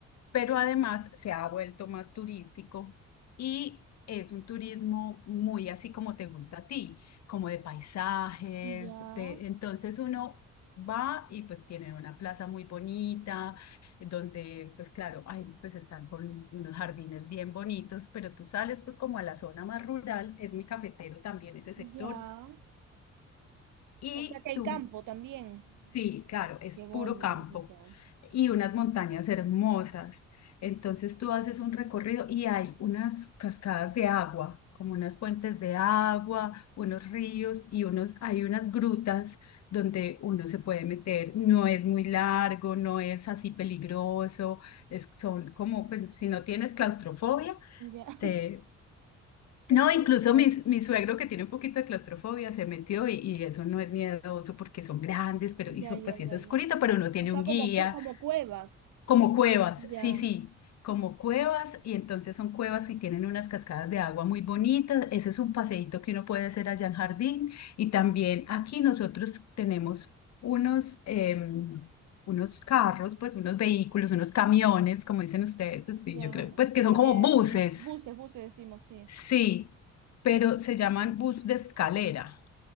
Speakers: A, on the left; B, on the right.
A: pero además se ha vuelto más turístico y es un turismo muy así como te gusta a ti, como de paisajes,
B: ya,
A: de, entonces uno va y pues tienen una plaza muy bonita, donde pues claro, ahí pues están con unos jardines bien bonitos, pero tú sales pues como a la zona más rural, es muy cafetero también ese
B: ya.
A: sector. Y
B: O sea que hay
A: tú
B: campo también.
A: Sí, claro, es
B: Qué bonito.
A: puro campo y unas montañas hermosas. Entonces tú haces un recorrido y hay unas cascadas de agua, como unas fuentes de agua, unos ríos y unos, hay unas grutas donde uno se puede meter. No es muy largo, no es así peligroso, es, son como, pues, si no tienes claustrofobia,
B: Ya, <laughs>
A: te,
B: se
A: no,
B: puede
A: incluso
B: entrar.
A: mi, mi suegro que tiene un poquito de claustrofobia se metió y, y eso no es miedoso porque son grandes, pero
B: Ya,
A: y son,
B: ya,
A: pues
B: ya,
A: sí es oscurito,
B: ya.
A: pero uno tiene
B: O sea,
A: un
B: como,
A: guía,
B: cu- como cuevas.
A: como cuevas,
B: Ya,
A: sí, sí, como cuevas y entonces son cuevas y tienen unas cascadas de agua muy bonitas. Ese es un paseíto que uno puede hacer allá en Jardín y también aquí nosotros tenemos unos, em, unos carros, pues unos vehículos, unos camiones, como dicen ustedes, pues, sí,
B: ya.
A: yo creo, pues que son como
B: Eh,
A: buses.
B: buses, buses decimos, sí.
A: Sí, pero se llaman bus de escalera